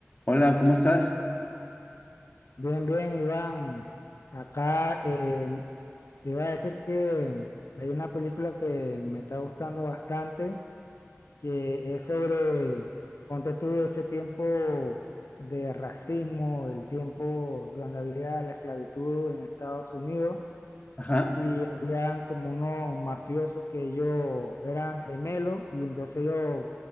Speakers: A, on the left; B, on the left.
A: Hola, ¿cómo estás?
B: Bien, bien, Iván. Acá eh, te iba a decir que hay una película que me está gustando bastante, que es sobre, ponte tú, ese tiempo de racismo, el tiempo donde había la esclavitud en Estados Unidos
A: Ajá,
B: y habían como unos mafiosos que ellos eran gemelos y entonces ellos